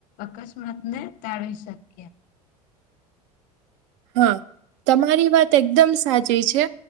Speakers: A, on the left (about 40°); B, on the right (about 50°).
A: અક્સ માતને ટાળવી શકીએ.
B: હા તમારી વાત એકદમ સાચી છે.